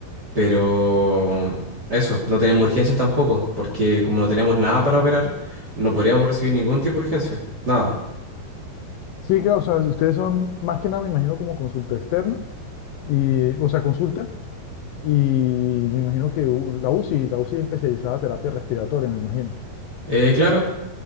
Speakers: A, on the right; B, on the left.
A: pero eso, no tenemos urgencias tampoco, porque como no tenemos nada para operar, no podríamos recibir ningún tipo de urgencia, nada.
B: Sí, claro, o sea, si ustedes son más que nada, me imagino, como consulta externa, y, o sea, consulta, y me imagino que u- la UCI, la UCI es especializada en terapia respiratoria, me imagino.
A: Eh, claro.